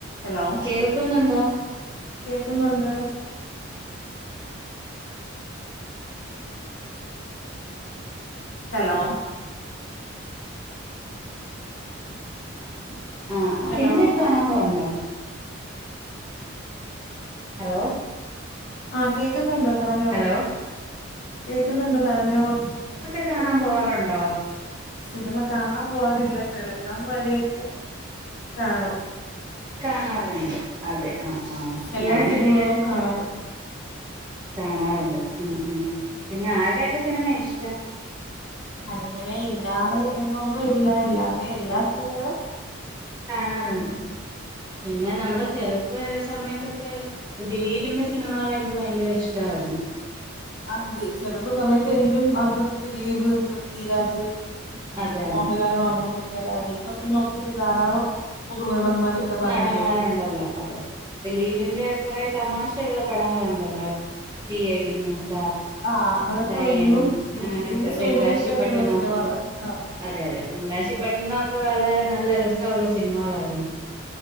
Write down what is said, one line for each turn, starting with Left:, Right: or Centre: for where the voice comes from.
Left: Hello
Right: കേൾക്കുന്നുണ്ടോ
Left: കേക്കുന്നുണ്ട് hello <inaudible>
Right: ആ അ
Left: ഹലോ
Right: സിനിമയൊക്കെ കാണാൻ പോറുണ്ടോ ഹലോ
Left: ആ കേക്കുന്നുണ്ട് പറഞ്ഞോളൂ
Right: ഹലോ
Left: കേക്കുന്നുണ്ട് പറഞ്ഞോളു
Right: ക്കെ കാണാൻ പോവാറുണ്ടോ
Left: സിനിമ കാണാൻ പോവാറില്ല ടെലഗ്രാം വഴിയൊക്കെ കാണും
Right: കാണാറുണ്ട് അതെ ആ ആ
Left: എല്ലാ
Right: ഞാനുങ്ങനെ
Left: സിനിമകളും കാണാറുണ്ട്
Right: കാണാറുണ്ട് മ് മ് പിന്നെ ആരുടെക്കെ സിനിമ യ ഇഷ്ടം
Left: അങ്ങനെ ഇന്നാള് എന്നൊന്നും ഇല്ല എല്ലാരുടെ എല്ലാ സിനിമകളും
Right: കാണാറുണ്ട് പിന്നെ നമ്മുടെ ചെറുപ്പ സമയത്തൊക്കെ ദിലീപിന്റെ സിനിമകൾ എനിക്ക് ഭയങ്കര ഇഷ്ടവാ യിരുന്നു
Left: ആത് ചെലപ്പോ സമയത്ത് എനിക്കും അന്ന് ദിലീപ് പൃഥ്വിരാജ്
Right: അതെ അതെ
Left: മോഹൻലാല് മമ്മൂട്ടി ഒക്കെ അല്ലതി ഇപ്പ പിന്നെ ഒത്തിരി ധാരാളം പുതുനടന്മാരൊക്കെ
Right: കു
Left: വന്നില്ലേ
Right: നടന്മാരുണ്ടല്ലോ അതെ. ദിലീപിന്റെ കുറെ തമാശയുള്ള പടങ്ങളൊണ്ടല്ലോ സി ഐ ഡി മൂസ
Left: ആ അതൊക്കെ
Right: ലയൺ
Left: ഇന്നും മ്
Right: അങ്ങനെയൊക്കെ
Left: ഇന്നും സൂപ്പർ
Right: തെങ്കാശിപ്പട്ടണമൊക്കെ
Left: ഹിറ്റായിട്ടുള്ള സിനിമകള- ആ
Right: അതെ അതെ തെങ്കാശി പട്ടണമൊക്കെ വളരെ നല്ല രസമുള്ള സിനിമകളായിരുന്നു